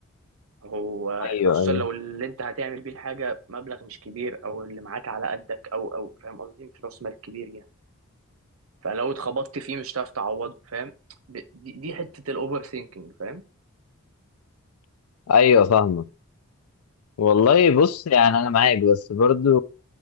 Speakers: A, on the right (about 75°); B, on the left (about 85°).
A: هو
B: ايوه
A: خصوصا
B: ايوه
A: لو اللي انت هتعمل بيه الحاجة مبلغ مش كبير او اللي معاك على قدك او او فاهم قصدي مش راس مال كبير يعني فلو اتخبطت فيه مش هتعرف تعوضه فاهم ب- دي, دي حتة الاوفر ثينكينج فاهم
B: ايوه فاهمك والله بص يعني انا معاك بس برضو